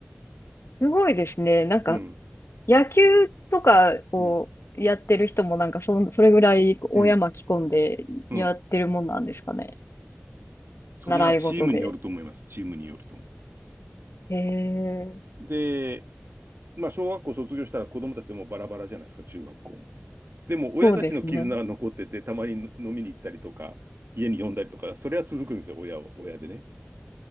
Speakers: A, on the left; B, on the right.
A: すごいですね。なんか、
B: うん、
A: 野球とか
B: うん、
A: やってる人もなんかそ、それぐらい親巻き込んでやってるもんなんですかね。
B: うん、うん。それはチームによると思います。
A: 習い事で。
B: チームによると思う。
A: へえ、
B: で、まあ、小学校卒業したら子供たちでもうバラバラじゃないですか、中学校も。でも、親たちの絆が残ってて、
A: そうですね。
B: たまに飲みに行ったりとか、家に呼んだりとか、それは続くんですよ、親は、親でね。